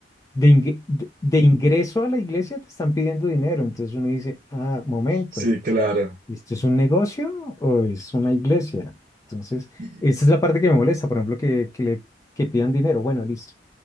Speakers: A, on the left; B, on the right.
A: de, ingre- de- de ingreso a la iglesia te están pidiendo dinero. Entonces uno dice, ah, momento,
B: Sí, claro.
A: ¿esto es un negocio o es una iglesia? Entonces,
B: Y-
A: esa es la parte que me molesta, por ejemplo, que, que le que pidan dinero. Bueno, listo.